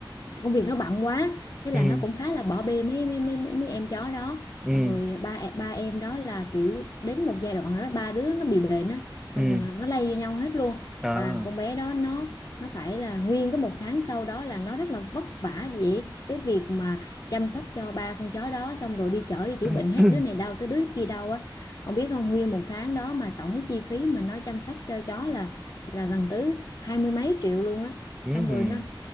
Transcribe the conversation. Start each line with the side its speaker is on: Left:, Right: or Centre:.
Left: công việc nó bận quá thế là
Centre: ừ
Left: nó cũng khá là bỏ bê mấy mấy mấy mấy mấy em chó đó
Centre: ừ
Left: xong rồi ba e- ba em đó là kiểu đến một giai đoạn đó ba đứa nó bị bệnh á xong
Centre: ừ
Left: rồi nó lây vô nhau hết luôn
Centre: ờ
Left: và con bé đó nó nó phải là nguyên cái một tháng sau đó là nó rất là vất vả vậy cái việc mà chăm sóc cho ba con chó đó xong rồi đi chở đi chữa bệnh
Centre: <coughs>
Left: hết đứa này đau tới đứa kia đau á ông biết không nguyên một tháng đó mà tổng cái chi phí mà nó chăm sóc cho chó là là gần tới hai mươi mấy triệu luôn á
Centre: <clears throat>
Left: xong rồi
Centre: ừ.
Left: nó